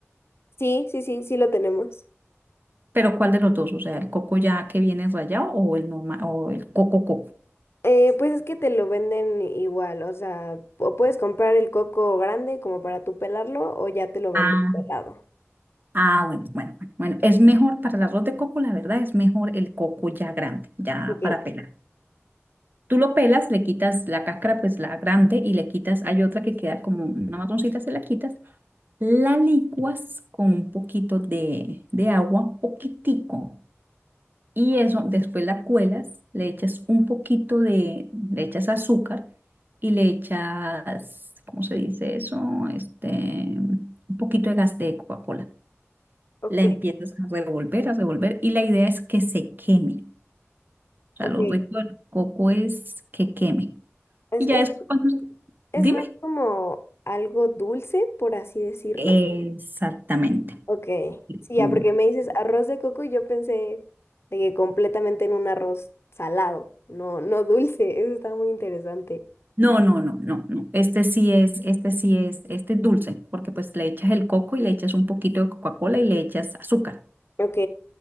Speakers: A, on the left (about 60°); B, on the right (about 45°).
A: sí, sí, sí, sí lo tenemos.
B: pero ¿cuál de los dos? O sea, el coco ya que viene rallado o el normal o el coco coco.
A: Eh, pues es que te lo venden igual, o sea, o puedes comprar el coco grande como para tú pelarlo o ya te lo venden
B: Ah,
A: pelado.
B: ah, bueno, bueno, bueno, bueno, es mejor para el arroz de coco, la verdad, es mejor el coco ya grande, ya
A: Ok,
B: para pelar. Tú lo pelas, le quitas la cáscara, pues la grande, y le quitas, hay otra que queda como una marroncita, se la quitas, la licuas con un poquito de, de agua, un poquitico, y eso después la cuelas, le echas un poquito de, le echas azúcar y le echas, ¿cómo se dice eso? Este, un poquito de gas de Coca-Cola.
A: ok,
B: La empiezas a revolver, a revolver, y la idea es que se queme. O sea,
A: ok.
B: lo rico del coco es que queme.
A: Es,
B: Y ya
A: es,
B: después, cuando...
A: es
B: Dime.
A: más como algo dulce, por así decirlo.
B: Exactamente.
A: Ok, sí, ya,
B: Mm.
A: porque me dices arroz de coco y yo pensé de que completamente en un arroz salado, no, no dulce. <laughs> Eso está muy interesante.
B: No, no, no, no, no. Este sí es, este sí es, este es dulce, porque pues le echas el coco y le echas un poquito de Coca-Cola y le echas azúcar.
A: Ok,